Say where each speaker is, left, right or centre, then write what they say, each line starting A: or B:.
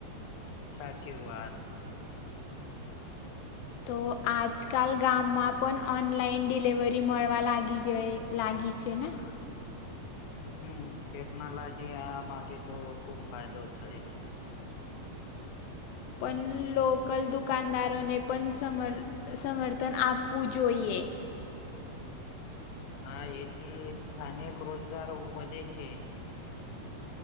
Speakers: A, on the left (about 70°); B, on the left (about 80°).
A: સાચી વાત.
B: તો આજકાલ ગામમાં પણ ઓનલાઈન ડિલિવરી મળવા લાગી જાય. લાગી છે ને.
A: હમ ટેકનોલોજી આ માટે તો ખુબ ફાયદો થાય છે.
B: પણ લોકલ દુકાનદારોને પણ સમર સમર્થન આપવું જોઈએ
A: હા એથી સ્થાનિક રોજગાર વધે છે